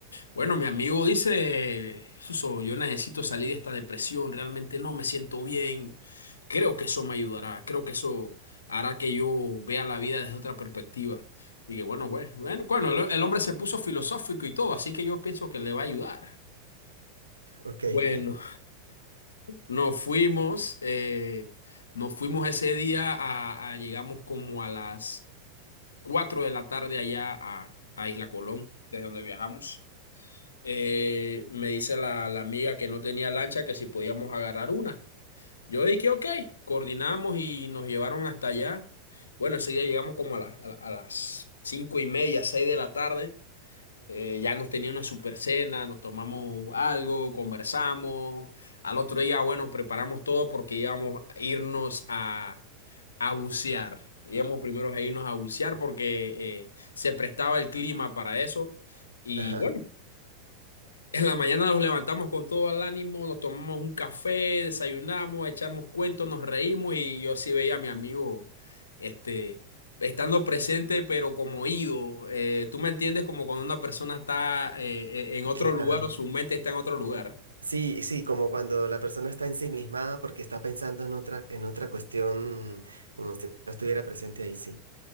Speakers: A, on the left; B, on the right.
A: Bueno, mi amigo dice, Suso, yo necesito salir de esta depresión, realmente no me siento bien. Creo que eso me ayudará, creo que eso hará que yo vea la vida desde otra perspectiva. Y que bueno, güey, bueno, bueno, el, el hombre se puso filosófico y todo, así que yo pienso que le va a ayudar.
B: Ok,
A: Bueno,
B: <laughs>
A: nos fuimos, eh, nos fuimos ese día a, a- llegamos como a las 4 de la tarde allá a, a Isla Colón, desde donde viajamos. Eh, me dice la, la amiga que no tenía lancha que si podíamos agarrar una. Yo dije, ok, coordinamos y nos llevaron hasta allá. Bueno, ese día llegamos como a, la- a la- a las cinco y media, seis de la tarde. Eh, ya nos tenía una super cena, nos tomamos algo, conversamos. Al otro día, bueno, preparamos todo porque íbamos a irnos a, a bucear. Íbamos primero a irnos a bucear porque eh, se prestaba el clima para eso. Y
B: ajá,
A: bueno, en la mañana nos levantamos con todo el ánimo, nos tomamos un café, desayunamos, echamos cuentos, nos reímos y yo sí veía a mi amigo, este, estando presente pero como ido. Eh, tú me entiendes como cuando una persona está eh, eh, en otro
B: claro.
A: lugar o su mente está en otro lugar.
B: Sí, sí, como cuando la persona está ensimismada porque está pensando en otra, en otra cuestión, como si no estuviera presente ahí, sí,